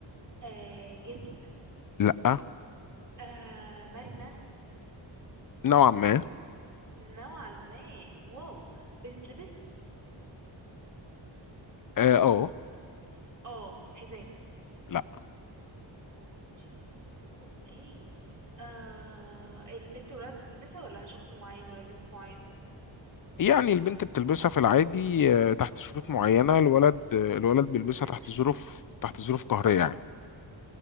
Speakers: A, on the right (about 40°); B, on the left (about 45°).
A: آه جلد
B: لا
A: آه مرنة
B: نوعا ما
A: نوعا ما واو بتتلبس
B: اه آه،
A: اه حزام
B: لا
A: اوه شيت. اوكي آه البنت والولاد بتلبسها ولا شخص معين ولا جنس معين
B: يعني البنت بتلبسها في العادي آه، تحت شروط معينة الولد آه، الولد بيلبسها
A: تحت
B: تحت
A: شروط
B: ظروف
A: معينة
B: تحت ظروف قهرية يعني